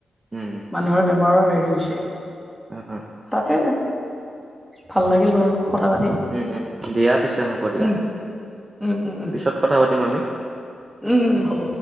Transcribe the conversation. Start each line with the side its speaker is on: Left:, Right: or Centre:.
Right: উম
Centre: মানুহৰ বেমাৰৰ হেৰি হৈছে।
Right: উম
Centre: তাকে, ভাল লাগিল বাৰু কথা পাতি।
Right: উম উম দিয়া পিছে হ'ব দিয়া,
Centre: উম উম উম
Right: পিছত কথা পাতিম আমি।
Centre: উম, উম, হ'ব।